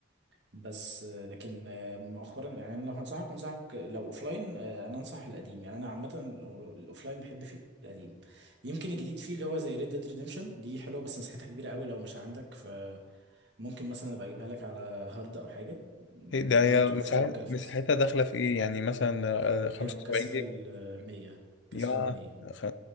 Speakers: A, on the right; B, on the left.
A: بس آه، لكن آه، مؤخرا يعني انا لو هنصحك انصحك لو اوفلاين آه، انا انصح القديم يعني انا عامه لو- الاوفلاين بحب فيه القديم يمكن الجديد فيه اللي هو زي ريد ديد ريديمشن دي حلوه بس مساحتها كبيره قوي لو مش عندك فممكن مثلا ابقى اجيبها لك على هارد او حاجه م،
B: هي- ده
A: دي
B: هي
A: تحفه
B: مساحة-
A: والجرافيكس
B: مساحتها
A: بتاعتها
B: داخلة في
A: تحفه
B: ايه يعني مثلا 75
A: هي مكسره
B: جيجا
A: ال 100 كسره
B: يا
A: ال 100
B: خ-